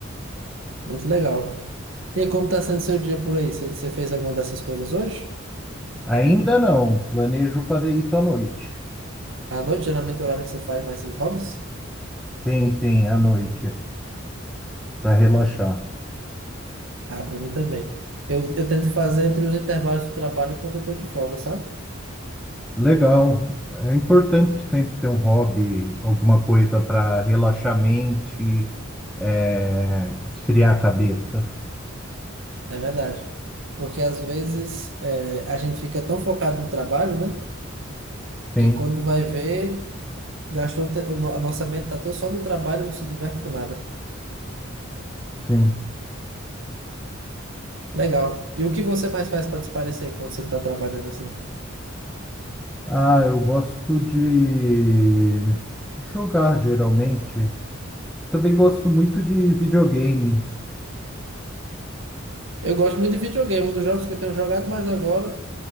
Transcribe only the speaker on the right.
Muito legal. E aí, como tá sendo seu dia por aí? Você fez alguma dessas coisas hoje?
À noite, geralmente, é o horário que você faz mais seus hobbies?
Ah, pra mim também. Eu, eu tento fazer entre os intervalos do trabalho e quando eu tô de folga, sabe?
É verdade. Porque às vezes é, a gente fica tão focado no trabalho, né?
Que quando vai ver. Gastou o te- o no- a nossa mente tá toda só no trabalho, não se diverte com nada.
Legal. E o que você mais faz para desaparecer quando você tá trabalhando assim?
Eu gosto muito de videogame, um dos jogos que eu tenho jogado mais agora